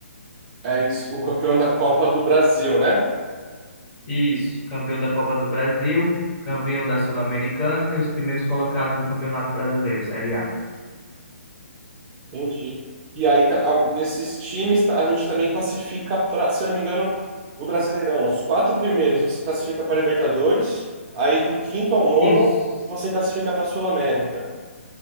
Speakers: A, on the right (about 25°); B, on the left (about 25°).
A: É isso, o campeão da Copa do Brasil, né?
B: Isso, campeão da Copa do Brasil, campeão da Sul-Americana e os primeiros colocados do Campeonato Brasileiro, Série A.
A: Entendi. E aí tá- a- desses times tá- a gente também classifica para, se eu não me engano, o Brasileirão. Os quatro primeiros você classifica para Libertadores, aí do quinto ao nono
B: Isso.
A: você classifica para Sul-América.